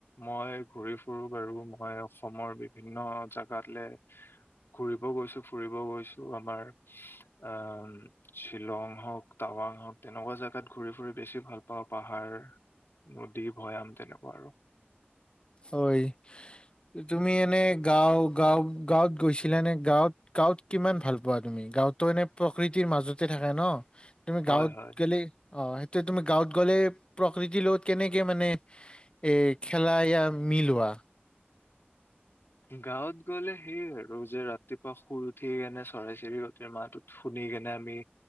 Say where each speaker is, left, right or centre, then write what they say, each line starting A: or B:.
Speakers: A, on the left (about 70°); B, on the left (about 25°).
A: মই ঘূৰি ফুুৰো বাৰু মই অসমৰ বিভিন্ন জোগাতলে ঘুৰিব গৈছো ফুৰিব গৈছো আমাৰ আহ শ্বিলং হওক টাৱাং হওক তেনেকুৱা জেগাত ঘূৰি ফুৰি বেছি ভাল পাওঁ পাহাৰ নদী ভৈয়াম তেনেকুৱা আৰু
B: হয় তুমি এনে গাওঁ গাওঁ গাঁৱত গৈছিলানে গাঁৱত গাঁৱত কিমান ভাল পোৱা তুমি গাওঁতো এনে প্ৰকৃতিৰ মাজতে থাকে ন তুমি
A: হয়
B: গাঁৱত
A: হয়
B: গেলে অ তে তুমি গাঁৱত গ'লে প্ৰকৃতিৰ লগত কেনেকে মানে এ খেলা ইয়া মিলোৱা
A: গাঁৱত গ'লে সেইয়ে আৰু যে ৰাতিপুৱা শুই উঠি কেনে চৰাই চিৰিকতি মাত শুনি কেনে আমি